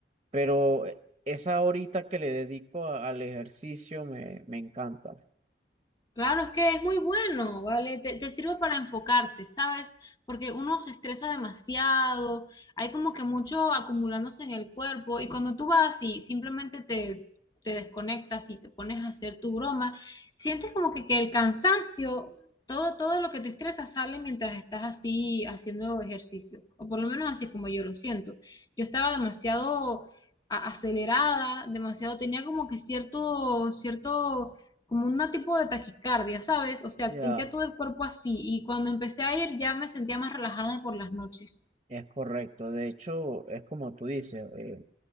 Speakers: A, on the right; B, on the left.
A: pero... eh, Esa horita que le dedico a- al ejercicio me, me encanta.
B: Claro, es que es muy bueno, ¿vale? Te, te sirve para enfocarte, ¿sabes? Porque uno se estresa demasiado, hay como que mucho acumulándose en el cuerpo y cuando tú vas y simplemente te, te desconectas y te pones a hacer tu broma, sientes como que, que el cansancio, todo, todo lo que te estresa sale mientras estás así haciendo ejercicio, o por lo menos así es como yo lo siento. Yo estaba demasiado a- acelerada, demasiado, tenía como que cierto, cierto como un tipo de taquicardia, ¿sabes? O sea,
A: Ya,
B: sentía todo el cuerpo así y cuando empecé a ir ya me sentía más relajada por las noches.
A: es correcto. De hecho, es como tú dices, eh,